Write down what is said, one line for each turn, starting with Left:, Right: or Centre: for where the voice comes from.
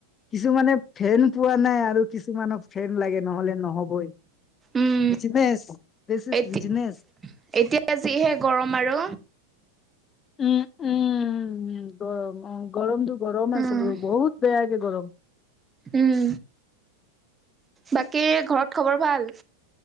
Left: কিছুমানে ফেন পোৱা নাই আৰু কিছুমানক ফেন লাগে, নহ'লে নহ'বই।
Right: উম
Left: বিজনেচ, দিচ ইজ
Right: এতি
Left: বিজনেচ।
Right: এতিয়া যিহে গৰম আৰু।
Left: উম, উম, গৰম অ', গৰমটো গৰম আছে
Right: উম
Left: বহুত বেয়াকে গৰম।
Right: উম বাকী ঘৰত খবৰ ভাল?